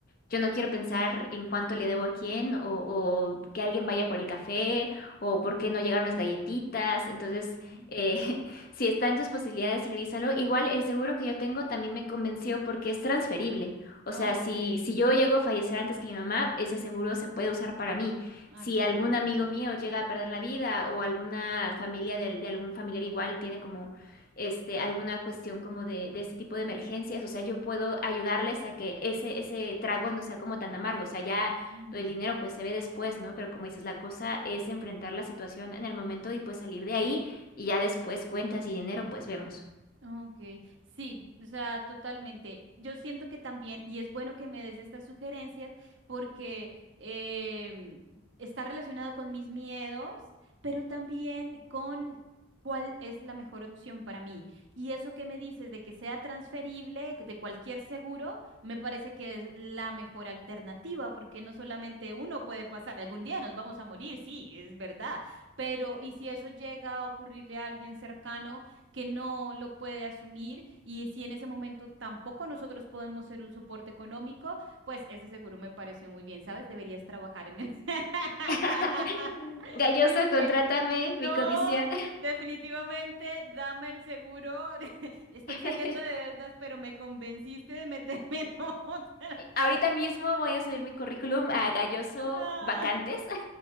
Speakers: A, on the left; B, on the right.
A: yo no quiero pensar en cuánto le debo a quién o, o que alguien vaya por el café o por qué no llegaron las galletitas. Entonces,
B: Ujú.
A: eh, <laughs> si está en tus posibilidades, revísalo. Igual el seguro que yo tengo también me convenció porque es transferible. O
B: Ok.
A: sea, si, si yo llego a fallecer antes que mi mamá, ese seguro se puede usar para mí.
B: Ah,
A: Si
B: eso
A: algún
B: es buenísimo.
A: amigo mío llega a perder la vida o alguna familia del- de, algún familiar igual tiene como este, alguna cuestión como de, de este tipo de emergencias. O sea, yo puedo ayudarles a que ese, ese trago no sea como tan amargo. O sea, ya
B: Mm.
A: lo del dinero pues se ve después, ¿no? Pero como dices, la cosa es enfrentar la situación en el momento y pues salir de ahí y ya después cuentas y dinero pues vemos.
B: Ok, sí, o sea, totalmente. Yo siento que también, y es bueno que me des estas sugerencias porque em, está relacionado con mis miedos, pero también con cuál es la mejor opción para mí. Y eso que me dices de que sea transferible de cualquier seguro, me parece que es la mejor alternativa porque no solamente uno puede pasar, algún día nos vamos a morir, sí, es verdad, pero ¿y si eso llega a ocurrirle a alguien cercano? que no lo puede asumir y si en ese momento tampoco nosotros podemos ser un soporte económico, pues ese seguro me pareció muy bien, ¿sabes? Deberías trabajar en él. <laughs>
A: <laughs> Galloso,
B: Si te-
A: contrátame, mi
B: No,
A: comisión.
B: definitivamente, dame el seguro. <laughs> Estoy
A: <laughs>
B: saliendo de deudas, pero me convenciste de meterme en otra.
A: Ahorita mismo voy a subir mi currículum a Galloso
B: <laughs>
A: Vacantes